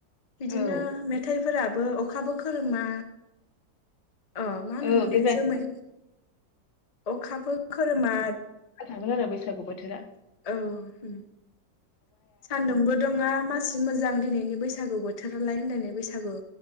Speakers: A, on the left; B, on the left.
A: बिदिनो
B: औ
A: मेथाइफोरा ओ अखाबो खोरोमा अ मा होनोमोनलाय
B: औ देग्लाय
A: जोमै अखाबो खोरोमा
B: थादों आरो बैसागु बोथोरा
A: औ उम सान्दुंबो दुङा मासि मोजां दिनैनि बैसागु बोथोर लाय होनलायनाय बैसागु